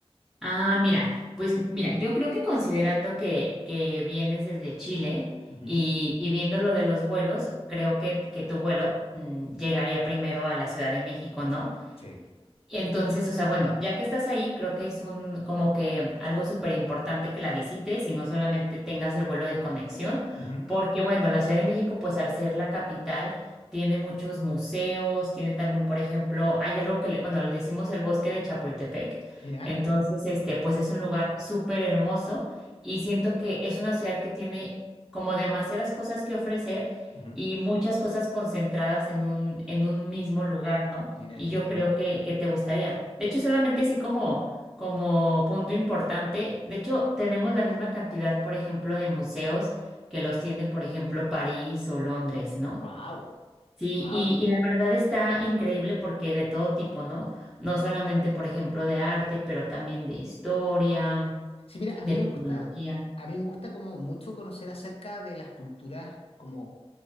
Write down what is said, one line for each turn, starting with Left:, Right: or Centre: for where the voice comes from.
Centre: Ah, mira, pues mira, yo creo que considerando que, que vienes desde Chile
Left: Ujú,
Centre: y, y viendo lo de los vuelos, creo que, que tu vuelo mm, llegaría primero a la Ciudad de México, ¿no?
Left: Sí.
Centre: Y entonces, o sea, bueno, ya que estás ahí, creo que es un como que algo súper importante que la visites y no solamente tengas el vuelo de conexión,
Left: Ujú,
Centre: porque bueno, la Ciudad de México, pues al ser la capital, tiene muchos museos, tiene también, por ejemplo, hay algo que, le, bueno, le decimos el bosque de Chapultepec,
Left: Mira,
Centre: entonces, este, pues es un lugar súper hermoso y siento que es una ciudad que tiene como demasiadas cosas que ofrecer
Left: ujú.
Centre: y muchas cosas concentradas en un, en un mismo lugar, ¿no?
Left: mira
Centre: Y
Left: qué entretenido.
Centre: yo creo que, que te gustaría. De hecho, solamente sí como, como punto importante, de hecho, tenemos la misma cantidad, por ejemplo, de museos que los tiene, por ejemplo, París o Londres, ¿no?
Left: Wow,
Centre: Sí,
Left: wow.
Centre: y, y la verdad está increíble porque de todo tipo, ¿no? No solamente, por ejemplo, de arte, pero también de historia,
Left: Sí, mira, a
Centre: de
Left: mí me
Centre: tecnología.
Left: gusta, a mí me gusta como mucho conocer acerca de las culturas como